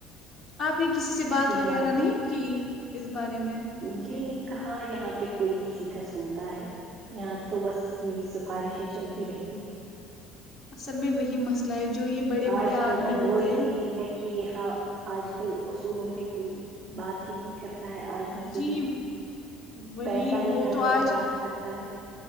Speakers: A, on the left; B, on the right.
A: آپ نے کسی سے بات وغیرہ
B: ہماری
A: نہیں کی اس بارے میں
B: جی
A: کہ
B: کہاں یہاں پہ کوئی کسی کا سنتا ہے یہاں تو بس یہی سفارشیں چلتی رہتی تی ہے
A: اصل میں وہی مسئلہ ہے جو یہ بڑے بڑے
B: آج
A: آدمی
B: کل کا
A: ہوتے
B: دور ہی
A: ہیں
B: یہی ہے کہ یہاں آج کل اصولوں پہ کوئی بات ہی نہیں کرتا ہے آج بس یہی
A: جی وہی
B: پیسہ ہی
A: وہ
B: ہر
A: تو
B: جگہ
A: آج
B: بات کرتا ہے